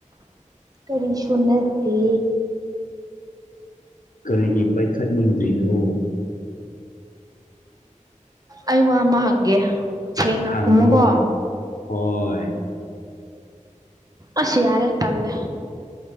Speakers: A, on the right (about 30°); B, on the left (about 85°).
A: ꯀꯔꯤꯁꯨ ꯅꯠꯇꯦ
B: ꯀꯔꯤꯒꯤ ꯄꯥꯏꯈꯠꯅꯤꯡꯗ꯭ꯔꯤꯅꯣ
A: ꯑꯩ ꯋꯥ ꯑꯃ ꯍꯪꯒꯦ ꯁꯦꯡꯅ
B: ꯍꯪꯉꯣ
A: ꯈꯨꯝꯃꯨꯀꯣ
B: ꯍꯣꯏ
A: ꯑꯁ ꯌꯥꯔꯦ ꯇꯜꯂꯦ